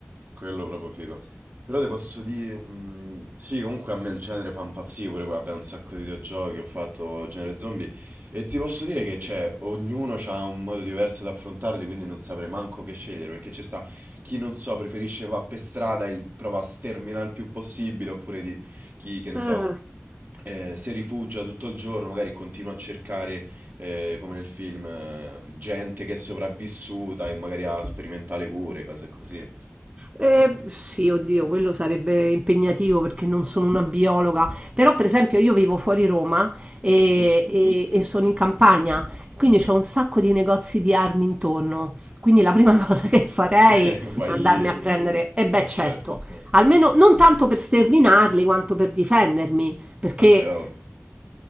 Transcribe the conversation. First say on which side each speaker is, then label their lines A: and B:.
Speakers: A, on the right (about 45°); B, on the right (about 25°).
A: Quello proprio figo. Però ti posso dire, mm, sì, comunque a me il genere fa impazzire pure, vabbè, un sacco di videogiochi, ho fatto genere zombie e ti posso dire che cioè, ognuno ha un modo diverso da affrontarli, quindi non saprei manco che scegliere, perché ci sta chi non so, preferisce va per strada e prova a sterminare il più possibile, oppure di chi, che ne
B: Ah.
A: so, eh, si rifugia tutto il giorno, magari continua a cercare, eh, come nel film, eh, gente che è sopravvissuta e magari ha sperimentale cure, cose così.
B: Eh, sì, oddio, quello sarebbe impegnativo perché non sono una biologa, però per esempio io vivo fuori Roma e,
A: Mhm.
B: e- e sono in campagna, quindi c'ho un sacco di negozi di armi intorno, quindi la prima <laughs> cosa che farei
A: <laughs>
B: è
A: Vai
B: andarmi
A: lì,
B: a prendere, e beh
A: eh, certo.
B: certo, almeno non tanto per sterminarli quanto per difendermi, perché...
A: Vabbè, ovvio.